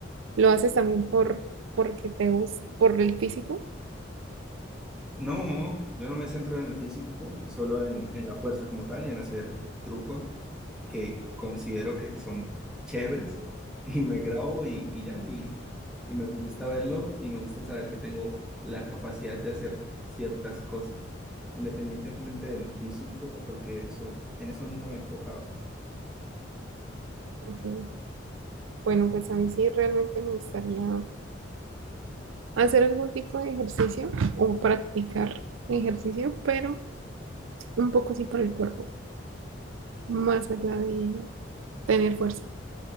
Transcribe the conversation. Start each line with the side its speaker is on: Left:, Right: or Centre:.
Right: lo haces también por porque te gusta, por el físico.
Centre: No, yo no me centro en el físico, solo en, en la fuerza como tal y en hacer trucos que considero que son chéveres <laughs> y me grabo y, y ya, y, y me gusta verlo y me gusta saber que tengo la capacidad de hacer ciertas cosas, independientemente del físico, porque eso, en eso nunca me he enfocado.
Right: Ok. Bueno, pues a mí sí realmente me gustaría hacer algún tipo de ejercicio o practicar ejercicio, pero un poco así por el cuerpo, más allá de tener fuerza,